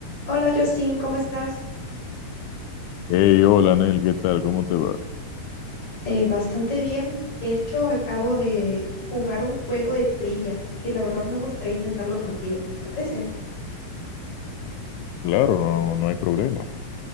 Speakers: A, on the left; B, on the left.
A: Hola Justin, ¿cómo estás?
B: Hey, hola, Anel, ¿qué tal? ¿Cómo te va?
A: Eh, bastante bien. De hecho, acabo de jugar un juego de trivia y la verdad me gustaría intentarlo contigo. ¿Te parece?
B: Claro, no, no hay problema.